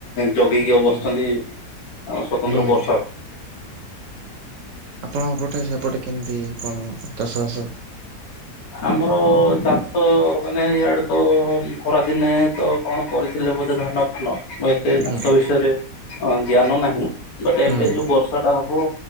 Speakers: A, on the left; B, on the right.
A: ଜଗିକି ଆଉ ବସିଛନ୍ତି
B: ହୁଁ
A: ଆଉ ସ୍ଵତନ୍ତ୍ର
B: ହୁଁ
A: ବର୍ଷା
B: ଆପଣଙ୍କ ପଟେ ସେପଟେ କେମିତି କଣ ଚାଷବାସ?
A: ଆମର ଚାଷ ମାନେ ଇଆଡ଼େ ତ ଖରାଦିନେ ତ କଣ କରିଥିଲେ ବୋଧେ ଧାନ ଫାନ ହୁଏ ଟେ
B: ହୁଁ
A: ଚାଷ ବିଷୟରେ ଅ ଜ୍ଞାନ ନାହିଁ ବଟ୍
B: ହୁଁ
A: ଏବେ ଯୋଉ ବର୍ଷ ଷାଟା ହବ